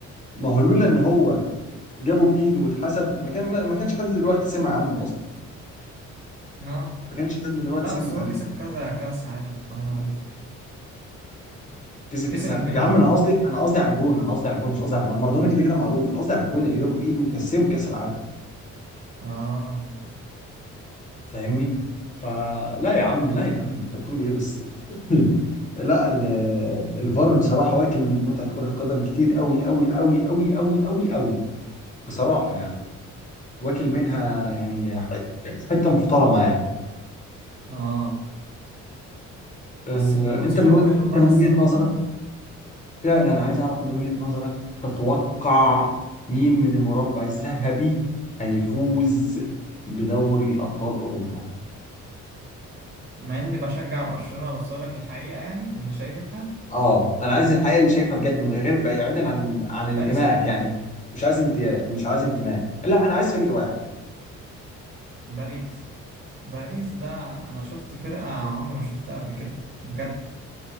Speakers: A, on the left; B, on the right.
A: ما هو لولا ان هو جابه بايده واتحسب ما كان ما كانش حد دلوقتي سمع عنه اصلا
B: اه
A: ما كانش حد دلوقتي
B: لا
A: سمع
B: بس هو
A: عنه
B: كسب كذا كأس عالم حرام عليك
A: كسب
B: كسب
A: كاس يا
B: اتنين ورا
A: عم انا
B: بعض
A: قصدي انا قصدي على الجون انا قصدي على الجون مش قصدي على مارادونا كده كده معروف انا قصدي على الجون اللي جابه بايده وكسبه كاس العالم
B: اه
A: فاهمني فلا يا عم لا يا عم انت بتقول ايه بس <laughs> لا ال- الفار بصراحة واكل من متعة كرة القدم كتير قوي قوي قوي قوي قوي قوي قوي بصراحة يعني واكل منها يعني حته محترمه يعني
B: اه
A: أه،
B: بس اللي متشوق
A: انت من و...
B: له
A: انت
B: بقى
A: من
B: الصراحة
A: وجهه نظرك لا لا انا عايز اعرف من وجهه نظرك تتوقع
B: اه
A: مين من المربع الذهبي هيفوز بدوري ابطال اوروبا
B: مع اني بشجع برشلونة بس اقول لك الحقيقة يعني اللي شايفها
A: اه انا عايز الحقيقه اللي شايفها بجد من غير بعيدا عن عن انتمائك
B: باريس او انتر
A: يعني مش عايز انت مش عايز انتماء لا انا عايز فريق واحد
B: باريس باريس ده انا شفت فرقة عمري ما شفتها قبل كده بجد